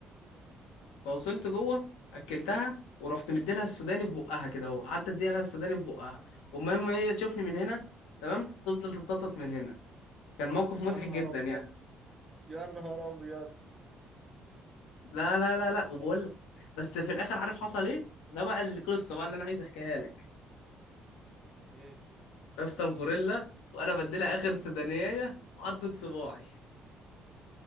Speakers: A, on the left; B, on the right.
A: فوصلت جوه اكلتها ورحت مديلها السوداني في بقها كده اهو قعدت اديها لها السوداني في بقها ومهم هي تشوفني من هنا تمام تفضل تتنطط من هنا كان موقف مضحك
B: يا نهار
A: جدا
B: أبيض
A: يعني
B: يا نهار أبيض
A: لا لا لا
B: يا
A: لا
B: اسطى
A: وبقول لك بس في الاخر عارف حصل ايه ده بقى القصه
B: ايه
A: بقى اللي انا عايز احكيها لك
B: ايه
A: اسطى الغوريلا وانا بديلها اخر سدانية عضت صباعي